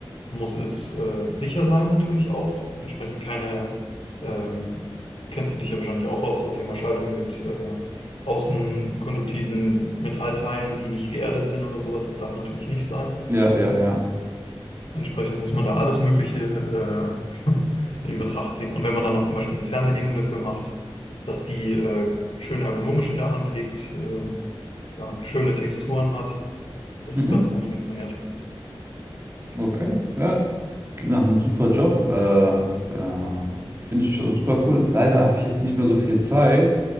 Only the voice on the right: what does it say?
Ja, ja, ja.
Mhm.
Okay, ja. Klingt nach einem super Job. Äh, äh, finde ich schon super cool. Leider habe ich jetzt nicht mehr so viel Zeit.